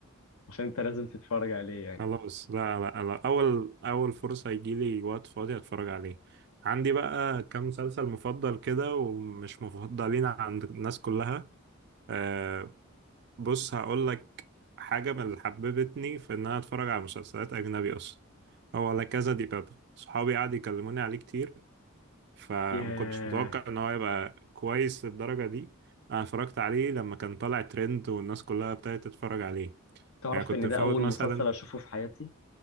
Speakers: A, on the left; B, on the right.
A: عشان انت لازم تتفرج عليه يعني
B: خلاص لا لا لا اول اول فرصة يجيلي وقت فاضي اتفرج عليه عندي بقى كام مسلسل مفضل كده ومش مفضلين عند الناس كلها آه، بص هقول لك حاجة من اللي حببتني في إن أنا أتفرج على مسلسلات أجنبي أصلا هو لا كذا دي بابا صحابي قعدوا يكلموني عليه كتير فما
A: ياه
B: كنتش متوقع إن هو يبقى كويس للدرجة دي أنا اتفرجت عليه لما كان طالع ترند والناس كلها ابتدت تتفرج عليه
A: تعرف
B: يعني كنت
A: ان
B: مفوت
A: ده اول
B: مثلا
A: مسلسل اشوفه في حياتي